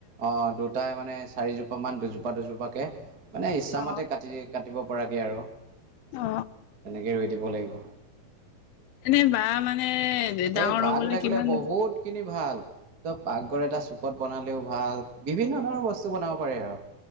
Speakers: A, on the right (about 30°); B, on the left (about 80°).
A: অ দুটাই মানে চাৰিজোপা মান দুজোপা দুজোপাকে মানে ইচ্ছামতে
B: অ
A: কাটি কাটিব পৰাকে আৰু তেনেকৈ
B: অ
A: ৰোই দিব লাগিব
B: এনে বা মানে ডাঙৰ
A: এই বাহটো
B: হবলৈ
A: থাকিলে
B: কিমান
A: বহুত খিনি ভাল ত পাকঘৰ এটা চুকত বনালেও ভাল বিভিন্ন ধৰণৰ বস্তু বনাব পাৰে আৰু